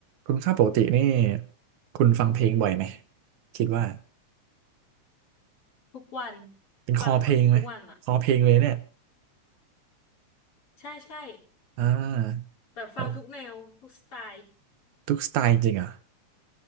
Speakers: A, on the right (about 80°); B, on the left (about 45°).
A: คุณค่าปกตินี่คุณฟังเพลงบ่อยไหมคิดว่า
B: ทุกวัน
A: เป็นคอเพลงไหมคอเพลงเลยเนี่ย
B: ฟังแบบทุกวันอ่ะใช่ใช่
A: อ่า
B: แบบฟังทุกแนวทุกสไตล์
A: เอาทุกสไตล์จริงเหรอ่ะ